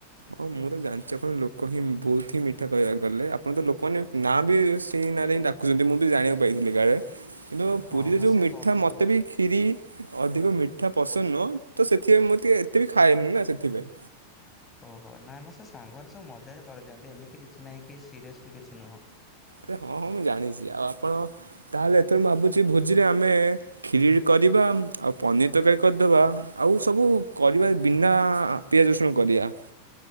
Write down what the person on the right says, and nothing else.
ହଁ, ମଁର ଜାଣିଞ୍ଚ କଣ ଲୋକ ହିଁ ବହୁତ। ଏଠ ମିଠା କହିବାକୁ ଗଲେ। ଆପଣ ତ ଲୋକମାନେ ନାଁ ବି ସେଇ ନାଁରେ ହିଁ ଡାକୁଛନ୍ତି ମୁଁ ବି ଜଣିବାକୁ ପାଇଥିଲି ଗାରେ। କିନ୍ତୁ
ପୁରୀରେ
ଯୋଉ
ମିଠା
ମତେ ବି କ୍ଷିରି ଅଧିକ ମିଠା ପସନ୍ଦ ନୁହଁ ତ ସେଥିପାଇଁ ମୁଁ ଟିକେ ଏତେ ବି ଖାଏନି ନା ସେଥିପାଇଁ।
ରେ ହଁ ହଁ ମୁଁ ଜାଣିଛି ଆଉ ଆପଣ ତାହେଲେ ଏଥର ମୁଁ ଭାବୁଛି ଭୋଜିରେ ଆମେ ଖିରି କରିବା ଆଉ ପନିର ତରକାରୀ କରିଦବା ଆଉ ସବୁ କରିବା ବିନା ପିଆଜ ରସଣ କରିବା।